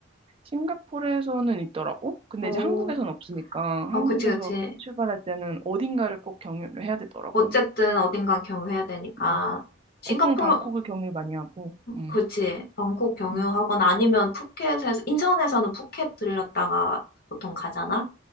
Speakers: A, on the right; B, on the left.
A: 싱가포르에서는 있더라고. 근데
B: 어,
A: 이제 한국에서는 없으니까 한국에서
B: 어, 그치, 그치.
A: 출발할 때는 어딘가를 꼭 경유를 해야 되더라고.
B: 어쨌든 어딘가 경유해야 되니까.
A: 맞아.
B: 싱가포르,
A: 보통 방콕을 경유를 많이 하고. 음,
B: 그치. 방콕 경유하거나
A: 음.
B: 아니면 푸켓에서, 인천에서는 푸켓 들렸다가 보통 가잖아?